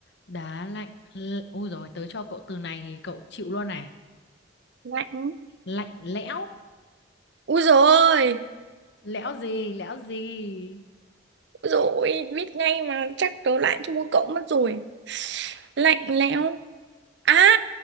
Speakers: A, on the left; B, on the right.
A: đá lạnh L- ôi rồi tớ cho cậu từ này thì cậu chịu luôn này
B: Lạnh.
A: Lạnh lẽo,
B: Úi dồi
A: lẽo gì, lẽo gì?
B: Rồi biết ngay mà chắc tớ lại thua cậu mất rồi. Lạnh lẽo. À,